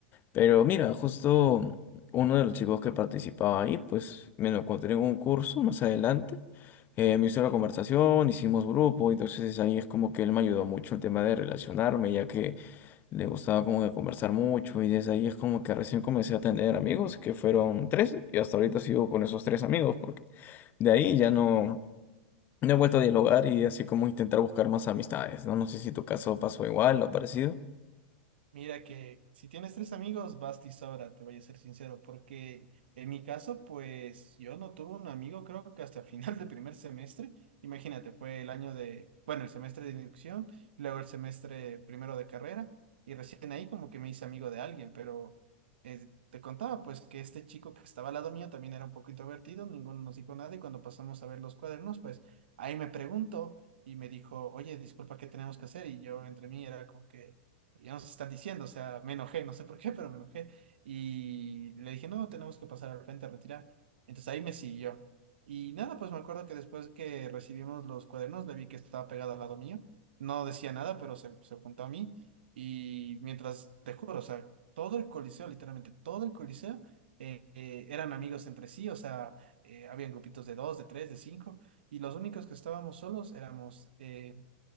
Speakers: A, on the left (about 35°); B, on the right (about 65°).
A: Pero mira, justo uno de los chicos que participaba ahí, pues me lo encontré en un curso más adelante. eh, me hizo la conversación, hicimos grupo, entonces ahí es como que él me ayudó mucho el tema de relacionarme, ya que le gustaba como que conversar mucho y desde ahí es como que recién comencé a tener amigos, que fueron tres, y hasta ahorita sigo con esos tres amigos, porque de ahí ya no, no he vuelto a dialogar y así como intentar buscar más amistades, ¿no? No sé si tu caso pasó igual o parecido.
B: Mira que si tienes tres amigos, basta y sobra, te voy a ser sincero, porque en mi caso, pues yo no tuve un amigo, creo que hasta <laughs> final de primer semestre. Imagínate, fue el año de, bueno, el semestre de inducción, luego el semestre primero de carrera, y recién ahí como que me hice amigo de alguien, pero eh, te contaba pues que este chico que estaba al lado mío también era un poco introvertido, ninguno nos dijo nada, y cuando pasamos a ver los cuadernos, pues ahí me preguntó y me dijo, oye, disculpa, ¿qué tenemos que hacer? Y yo entre mí era como que ya nos están diciendo, o sea, me enojé, no sé por qué, <laughs> pero me enojé. Y le dije, no, tenemos que pasar al frente a retirar. Entonces ahí me siguió. Y nada, pues me acuerdo que después que recibimos los cuadernos, le vi que estaba pegado al lado mío. No decía nada, pero se, se juntó a mí. Y mientras, te juro, o sea, todo el coliseo, literalmente todo el coliseo, eh, eh, eran amigos entre sí, o sea, eh, habían grupitos de dos, de tres, de cinco, y los únicos que estábamos solos éramos eh,